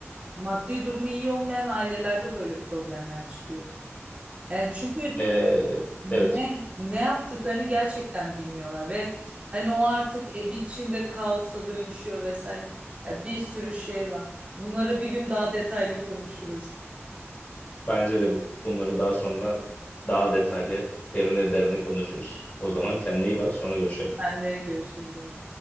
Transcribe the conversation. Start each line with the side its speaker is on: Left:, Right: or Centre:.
Right: maddi durumu iyi olmayan ailelerde böyle problemler çıkıyor. Yani çünkü
Left: E,
Right: ne
Left: evet,
Right: ne yaptıklarını gerçekten bilmiyorlar ve hani o artık ev içinde kaosa dönüşüyor vesaire. Ya bir sürü şey var. Bunlara bir gün daha detaylı konuşuruz.
Left: bence de bu. Bunları daha sonra daha detaylı, derine derine konuşuruz. O zaman kendine iyi bak, sonra görüşelim.
Right: Ben de görüşürüz böyle.